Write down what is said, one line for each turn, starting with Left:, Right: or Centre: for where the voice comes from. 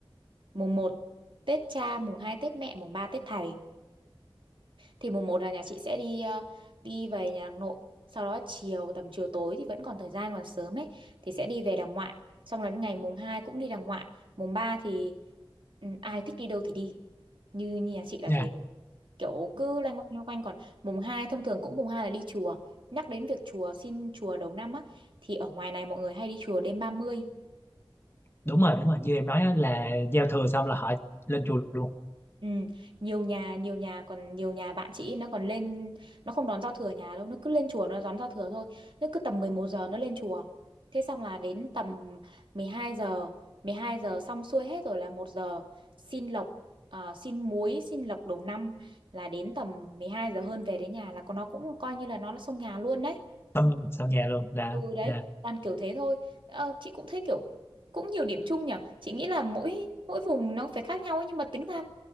Right: mùng một Tết cha, mùng 2 Tết mẹ, mùng 3 Tết thầy thì mùng một là nhà chị sẽ đi ờ, đi về nhà hàng nội sau đó chiều tầm chiều tối thì vẫn còn thời gian còn sớm ấy thì sẽ đi về đàng ngoại xong đến ngày mùng 2 cũng đi đàng ngoại mùng 3 thì ừ, ai thích đi đâu thì đi như, như nhà chị là
Left: nha
Right: thế kiểu cứ loanh quanh loanh quanh còn mùng 2 thông thường cũng mùng 2 là đi chùa nhắc đến việc chùa xin chùa đầu năm á thì ở ngoài này mọi người hay đi chùa đêm ba mươi
Left: đúng rồi đúng rồi như em nói á, là giao thừa xong là họ lên chùa luôn
Right: Ừ, nhiều nhà nhiều nhà còn nhiều nhà bạn chị ấy, nó còn lên nó không đón giao thừa nhà đâu nó cứ lên chùa nó đón giao thừa thôi nó cứ tầm 11 giờ nó lên chùa thế xong là đến tầm 12 giờ mười hai giờ xong xuôi hết rồi là một giờ xin lộc à, xin muối xin lộc đầu năm là đến tầm 12 giờ hơn về đến nhà là còn nó cũng coi như là nó là xông nhà luôn đấy
Left: xong xong nhà luôn là
Right: Ừ đấy,
Left: à,
Right: toàn kiểu thế thôi. Ờ, chị cũng thấy kiểu cũng nhiều điểm chung nhỉ. Chị nghĩ là mỗi mỗi vùng nó phải khác nhau ấy nhưng mà tính ra